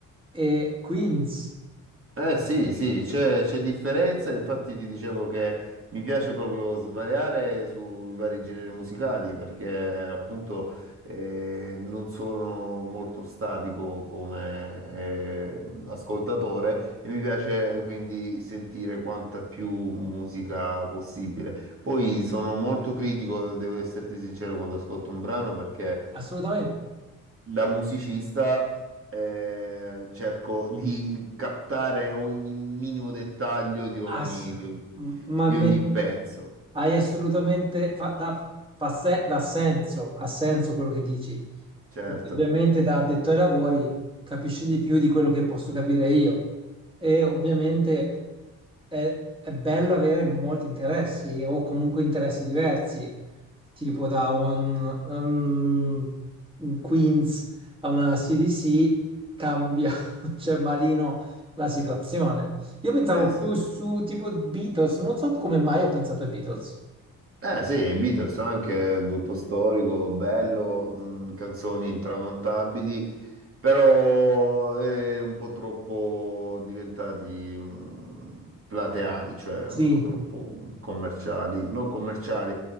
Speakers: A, on the right; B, on the right.
A: e Queens?
B: Eh sì, sì, c'è c'è differenza, infatti ti dicevo che mi piace proprio svariare sui vari generi musicali perché appunto eh, non sono molto statico come eh, ascoltatore e mi piace quindi sentire quanta più musica possibile. Poi sono molto critico, devo esserti sincero, quando ascolto un brano perché
A: Assolutamente.
B: Da musicista eh, cerco di captare ogni minimo dettaglio di ogni,
A: Ass-
B: di ogni-
A: m- ma
B: di
A: Mm.
B: ogni
A: me-
B: pezzo,
A: Hai assolutamente fa, da, fa se- dà senso, ha senso quello che dici,
B: certo.
A: perché ovviamente da addetto ai lavori capisci di più di quello che posso capire io e ovviamente è, è bello avere molti interessi o comunque interessi diversi, tipo da un, um, un Queens a una CDC cambia, <laughs> cioè malino la situazione. Io pensavo
B: Eh sì.
A: più su tipo Beatles, non so come mai ho pensato ai Beatles.
B: Eh sì, i Beatles sono anche un gruppo storico, bello, mh, canzoni intramontabili, però eh, un po' troppo diventati mh, plateali, cioè
A: Sì,
B: un po' troppo mm, commerciali, non commerciali.